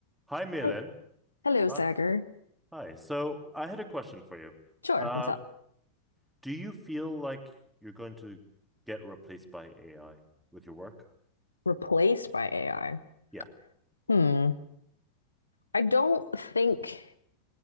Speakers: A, in the centre; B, on the left.
A: Hi, Malin.
B: Hel- Hello,
A: Hi.
B: Sagar.
A: Hi. So I had a question for you.
B: Sure,
A: Uh,
B: what's up?
A: do you feel like you're going to get replaced by AI with your work?
B: Replaced by AI.
A: Yeah.
B: Hmm. I don't think